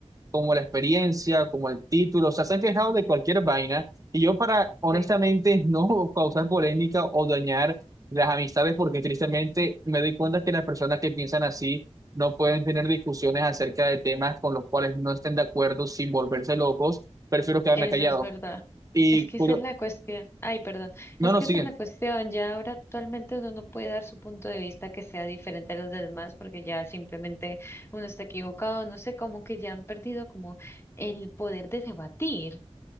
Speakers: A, on the right; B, on the left.
A: como la experiencia, como el título. O sea, se han quejado de cualquier vaina. Y yo para, honestamente,
B: Sí,
A: no <laughs> causar polémica o dañar las amistades porque tristemente me doy cuenta que las personas que piensan así no pueden tener discusiones acerca de temas con los cuales no estén de acuerdo sin volverse locos. Prefiero quedarme
B: eso
A: callado.
B: es verdad.
A: Y
B: Es que
A: curio-
B: esa es la cuestión. Ay, perdón.
A: no,
B: Es
A: no,
B: que
A: siguen.
B: esa es la cuestión. Ya ahora actualmente uno no puede dar su punto de vista que sea diferente a los demás porque ya simplemente uno está equivocado. No sé, como que ya han perdido como el poder de debatir.